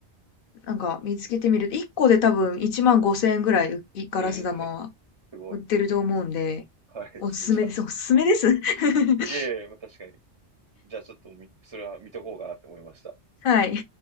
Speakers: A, on the left; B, on the right.
A: なんか見つけてみると、1個で多分1万5千円ぐらい、うガラス玉は
B: えー、<laughs> すごい。
A: 売ってると思うんで、
B: はい。
A: おすすめです。
B: ちょっとじゃあ、
A: おすすめです。<laughs>
B: いえいえ、まあ確かに。じゃあちょっとみそれは見とこうかなって思いました。
A: はい。